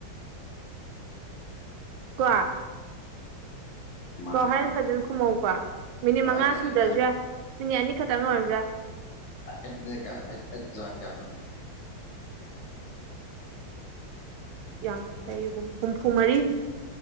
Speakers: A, on the right; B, on the left.
A: ꯀꯣ
B: ꯃꯥꯅꯦ
A: ꯀꯣ ꯍꯣꯔꯦꯟ
B: ꯃꯥꯅꯦ
A: ꯐꯖꯅ ꯈꯨꯝꯃꯧꯀꯣ ꯃꯤꯅꯤꯠ
B: ꯑꯣ
A: ꯃꯉꯥ
B: ꯑꯩꯗꯅ
A: ꯁꯨꯗ꯭ꯔꯁꯨ
B: ꯀꯌꯥꯅꯣ
A: ꯌꯥꯏ ꯃꯤ ꯑꯅꯤ ꯀ ꯇꯉ ꯑꯣꯏꯔꯖꯥ
B: ꯀꯅꯣꯅꯣ
A: ꯌꯥꯡꯈꯩ ꯍꯨꯝꯐꯨ ꯃꯔꯤ